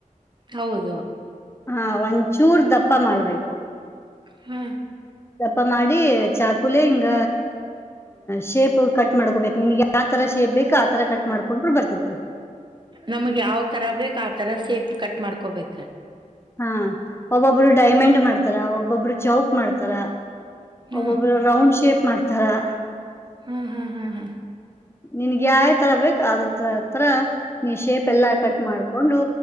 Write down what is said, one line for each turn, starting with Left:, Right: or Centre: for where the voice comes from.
Right: ಹೌದು.
Left: ಹಾ ಒಂಚೂರ್ ದಪ್ಪ ಮಾಡ್ಬೇಕು.
Right: ಹೂ.
Left: ದಪ್ಪ ಮಾಡಿ ಚಾಕುಲೆ ಹಿಂಗ ಶೇಪ್ ಕಟ್ಟ. ಕ ಮಾಡ್ಕೋಬೇಕು ನಿನ್ಗೆ ಯತರ ಶೇಪ್ ಬೇಕು ಆತರ ಕಟ್ ಮಾಡ್ಕೊಂಡ್ರು ಬರ್ತತಿ.
Right: ನಮಗ್ ಯಾವ ತರ ಬೇಕ್ ಆ ತರ ಸೇಪ್ ಕಟ್ ಮಾಡ್ಕೊಬೇಕ.
Left: ಹಾ ಒಬ್ಬೊಬ್ರು ಡೈಮಂಡ್ ಮಾಡ್ತಾರ ಒಬ್ಬೊಬ್ಬರು ಚೌಕ್ ಮಾಡ್ತಾರ
Right: ಹ್ಮ್ ಹ್ಮ್
Left: ಒಬ್ಬೊಬ್ರು ರೌಂಡ್ ಶೇಪ್ ಮಾಡ್ತಾರೆ. ಈ ತರ.
Right: ಹ್ಮ್ ಹ್ಮ್ ಹ್ಮ್ ಹ್ಮ್.
Left: ನಿನ್ಗೆ ಯಾವ ತರ ಬೇಕು. ಅದತ್ರ ನೀ ಶೇಪ್ ಎಲ್ಲಾ ಕಟ್ ಮಾಡ್ಕ. ಹೊಂಡು.